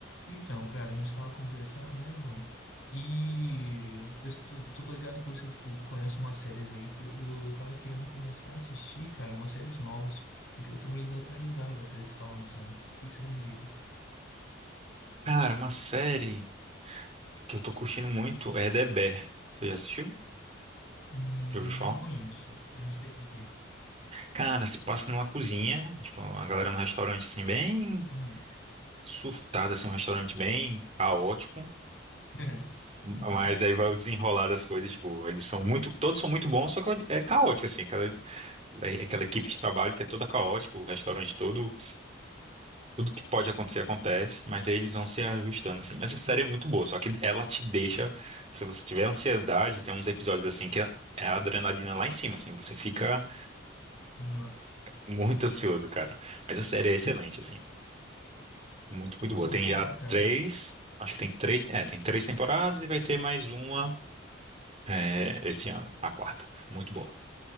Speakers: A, on the left (about 65°); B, on the right (about 30°).
A: Então, cara, a gente tava conversando, né, mano? E eu tô, tô ligado que você, tipo, conhece umas séries aí que eu, eu tava querendo começar a assistir, cara, umas séries novas, porque eu tô meio desatualizado das séries que tá lançando. O que que você me indica?
B: Cara, uma série que eu tô curtindo muito é The Bear. Você já assistiu?
A: Hum,
B: Já ouviu falar?
A: não conheço. É a respeito do quê?
B: Cara, se passa numa cozinha, tipo, a galera num restaurante assim, bem
A: Hum.
B: surtada, assim, um restaurante bem caótico.
A: <laughs>
B: Mas aí vai o desenrolar das coisas, tipo, eles são muito, todos são muito bons, só que é caótico, assim, aquela, é aquela equipe de trabalho que é toda caótica, o restaurante todo Tudo que pode acontecer acontece, mas aí eles vão se ajustando assim. Mas a série é muito boa, só que ela te deixa, se você tiver ansiedade, tem uns episódios assim que é é a adrenalina lá em cima, assim, você fica
A: Nossa.
B: muito ansioso, cara. Mas a série é excelente, assim, muito, muito
A: Oh,
B: boa. Tem
A: legal,
B: já
A: cara.
B: três, acho que tem três, é, tem três temporadas e vai ter mais uma é, esse ano, a quarta. Muito boa.